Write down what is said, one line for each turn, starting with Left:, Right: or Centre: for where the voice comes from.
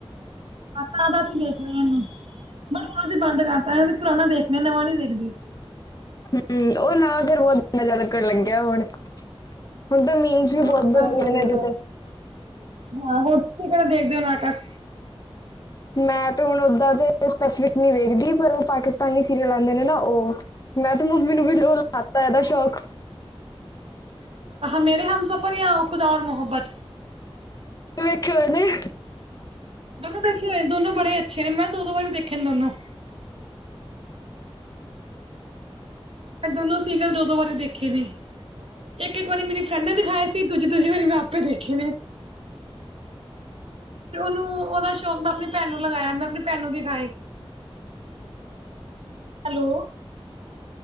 Right: ਤਾਂ -ਤਾਂ ਅਸੀਂ ਦੇਖ ਰਹੇ ਹਾਂ ਇਹਨੂੰ ਬਟ ਹੁਣ ਅਸੀਂ ਬੰਦ ਕਰਤਾ ਅਸੀਂ ਪੁਰਾਣਾ ਦੇਖਣੇ ਨਵਾਂ ਨੀ ਦੇਖਦੇ।
Left: ਹਮ ਉਹ ਨਾ ਫੇਰ ਬਹੁਤੰਨਾ ਜ ਲੱਗਣ ਲੱਗਿਆ ਹੁਣ- ਹੁਣ ਤਾਂ ਮੀਨਸ ਵੀ
Right: ਹਾਂ
Left: ਬਹੁਤ
Right: ਉਹ ਤਾਂ
Left: ਵਧੀਆ
Right: ਹੈ ਹੀ
Left: ਨੇ ਇਹਡੇ
Right: ਹੈ
Left: ਤੇ-
Right: ਹਾਂ ਹੋਰ ਤੁਸੀਂ ਕਿਹੜਾ ਦੇਖਦੇ ਹੋ ਨਾਟਕ।
Left: ਮੈਂ ਤੇ ਹੁਣ ਉਦਾਂ ਦੇ ਸਪੈਸੀਫਿਕ ਨਹੀਂ ਵੇਖਦੀ ਪਰ ਉਹ ਪਾਕਿਸਤਾਨੀ ਸੀਰੀਅਲ ਆਉਂਦੇ ਨੇ ਨਾ ਉਹ। ਮੈਂ ਤੇ ਮੰਮੀ ਨੂੰ ਵੀ ਲਾਤਾ ਇਹਦਾ ਸ਼ੌਕ।
Right: ਮੇਰੇ ਹਮ ਸਫ਼ਰ ਖੁਦਾ ਔ ਮੁਹੱਬਤ।
Left: ਵੇਖਿਓ ਨੇੇ।
Right: ਦੋਨੋ ਦੇਖੇ ਹੋਏ ਦੋ ਬੜੇ ਅੱਛੇ ਨੇ ਮੈਂ ਦੋ- ਦੋ ਵਾਰੀ ਦੇਖੇ ਦੋਨੋ। ਮੈਂ ਦੋਨੋ ਸੀਗਲ ਦੋ -ਦੋ ਵਾਰੀ ਦੇਖੇ ਨੇ। ਇੱਕ -ਇੱਕ ਵਾਰੀ ਮੇਰੀ ਫਰੈਂਡ ਨੇ ਦਿਖਾਇਆ ਸੀ ਦੂਜੀ- ਦੂਜੀ ਵਾਰੀ ਮੈਂ ਆਪੇ ਦੇਖੇ ਨੇ। ਤੇ ਉਹਨੂੰ ਉਹਦਾ ਕ ਮੈਂ ਆਪਣੀ ਭੈਣ ਨੂੰ ਲਗਾਇਆ ਮੈਂ ਆਪਣੀ ਭੈਣ ਨੂੰ ਦਿਖਾਏ। ਹੈਲੋ।